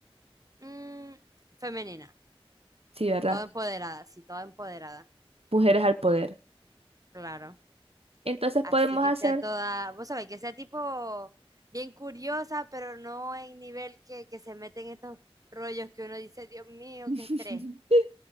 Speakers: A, on the right (about 35°); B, on the right (about 75°).
A: Mm, femenina,
B: Sí, ¿verdad?
A: toda empoderada, sí, toda empoderada.
B: Mujeres al poder.
A: Claro.
B: Entonces
A: Así
B: podemos
A: que
B: hacer
A: sea toda, vos sabés, que sea tipo bien curiosa, pero no en nivel que, que se mete en estos rollos que uno dice, Dios mío,
B: <laughs>
A: qué estrés.